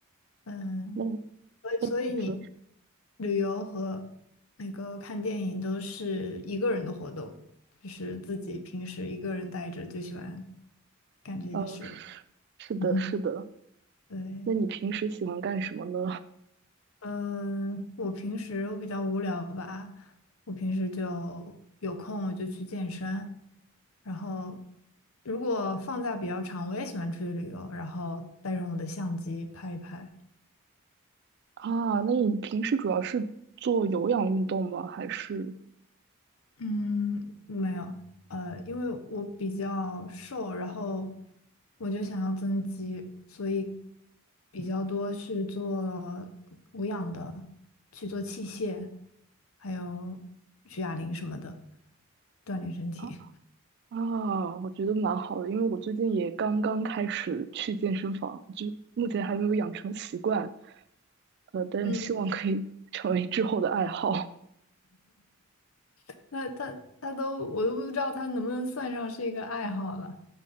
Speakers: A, on the left; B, on the right.
A: 嗯，
B: 那你
A: 所以所以你
B: 平时，
A: 旅游和那个看电影都是一个人的活动，就是自己平时一个人待着就喜欢干这些事。
B: 呃，
A: <laughs>
B: 是的，
A: 嗯
B: 是的。
A: 对。
B: 那你平时喜欢干什么呢？
A: 嗯，我平时我比较无聊吧，我平时就有空我就去健身，然后如果放假比较长，我也喜欢出去旅游，然后带上我的相机拍一拍。
B: <laughs> 啊，那你平时主要是做有氧运动吗？还是？
A: 嗯，没有，呃，因为我比较瘦，然后我就想要增肌，所以比较多去做无氧的，去做器械，还有举哑铃什么的，锻炼身体。
B: 啊？啊，我觉得蛮好的，因为我最近也刚刚开始去健身房，就目前还没有养成习惯，呃，但希望可以
A: 嗯
B: <laughs> 成为之后的爱好。
A: <laughs>，那他他都我都不知道他能不能算上是一个爱好了，